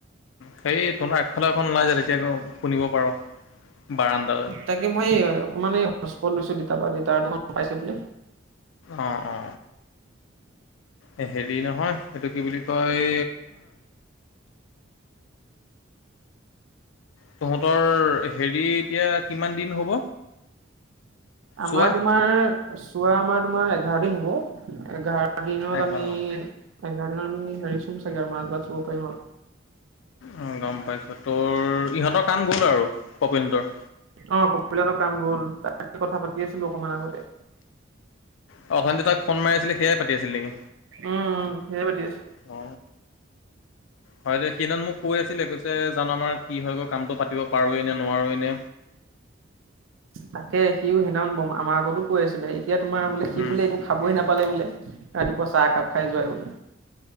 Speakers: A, on the left; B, on the right.
A: সেই তোোনাৰ আগফালা এখন ওলাই যায় তেতিয়া শুনিব পাৰ বাৰানণ্ডালৈ
B: তাকে মই অকণমান হ'ষ্টপট লৈছোঁ দেউতা বা দেউতাৰ দোকান পাইছে বোলে।
A: অ-অ। এ হেৰি নহয়! সেইটো কি বুলি কয়? তহঁতৰ হেৰি, এতিয়া কিমান দিন হ'ব?
B: আমাৰ
A: চোৱা!
B: তোমাৰ চোৱা আমাৰ, তোমাৰ এঘাৰ দিন হ'ব। এঘাৰ দিনত
A: এঘাৰ
B: আমি এঘাৰ দিনত আমি হেৰি চোন চাগে <unintelligible> পাৰিম আৰু।
A: উম্ গম পাইছো তোৰ, ইহঁতৰ কাম গ'ল আৰু কপিলহঁতৰ।
B: অ কপিলহঁতৰ কাম গ'ল, তাৰ কথা পাতি আছিলোঁ অকণমান আগতে।
A: অ অশানি তাক ফোন মাৰি আছিলে, সেয়াই পাতি আছিল নেকি?
B: উম উম সেয়ে পাতি আছো।
A: অ হয় দে! সেইদিনাখন মোক কৈ আছিলে, কৈছে জানো আমাৰ কি হয় গৈ কামটো পাতিব পাৰোঁৱেই নে, নোৱাৰোৱেই নে!
B: তাকে, সিও সেইদিনাখন ব আমাৰ আগতো কৈ আছিলে। এতিয়া তোমাৰ বোলে, সি
A: উম
B: বোলে একো খাবই নাপালে বোলে, ৰাতিপুৱা চাহ কাপ খাই যোৱাই বোলে।